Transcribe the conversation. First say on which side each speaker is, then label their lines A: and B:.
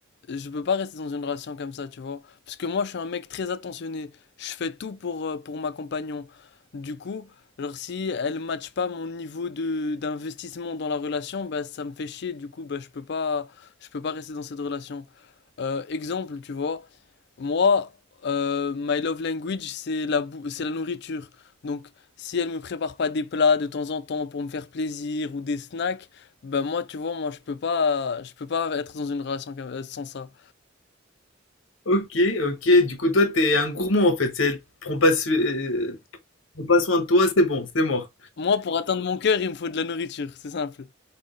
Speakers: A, on the left; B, on the left.
A: je peux pas rester dans une relation comme ça, tu vois. Parce que moi, je suis un mec très attentionné. Je fais tout pour, euh, pour ma compagnon. Du coup, alors si elle matche pas mon niveau de, d'investissement dans la relation, bah, ça me fait chier. Du coup, bah, je peux pas, je peux pas rester dans cette relation. Euh, exemple, tu vois. Moi, euh, my love language, c'est la bou- c'est la nourriture. Donc, si elle me prépare pas des plats de temps en temps pour me faire plaisir ou des snacks, ben moi, tu vois, moi, je peux pas, je peux pas être dans une relation comme- euh, sans ça.
B: Ok, ok, du coup toi t'es un gourmand en fait, c'est prends pas, so- euh, prends pas soin de toi, c'est bon, c'est mort.
A: Moi, pour atteindre mon cœur, il me faut de la nourriture, c'est simple.